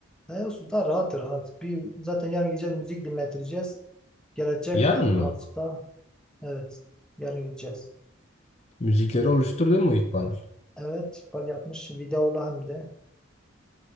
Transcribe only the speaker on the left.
Yarın
mı?
Müzikleri oluşturdun mu İkbal?